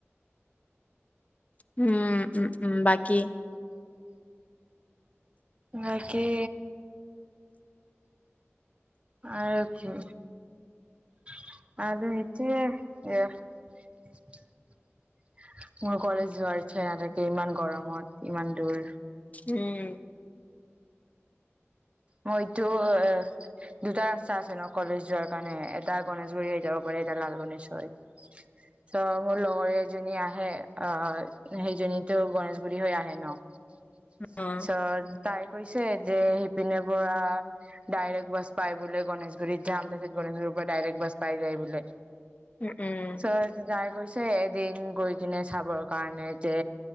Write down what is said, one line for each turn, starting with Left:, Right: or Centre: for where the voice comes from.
Left: উম, উম উম বাকী
Right: বাকী আৰু কি <unintelligible> মোৰ কলেজ যোৱাৰ ইচ্ছা নাথাকে ইমান গৰমত ইমান দূৰ
Left: উম
Right: মইতো এ দুটা ৰাস্তা আছে ন কলেজ যোৱাৰ কাৰণে এটা গনেেশগুৰি হৈ যাব পাৰি এটা লাল গনেশ হৈ চ মোৰ লগৰ এজনী আহে আহ সেইজনীতো গনেশগুৰি হৈ আহে ন আ
Left: অ',
Right: ছা তাই কৰিছে যে শিপিনীৰ পৰা ডাইৰেক্ট বাছ পাই বোলে গণেশগুৰিত যাম তাৰপিত গণেশগুৰিৰ পৰা ডাইৰেক্ট বাছ পাই যায় বোলে
Left: উম, উম,
Right: চজ যায় গৈছে এদিন গৈ কিনে চাবৰ কাৰণে যে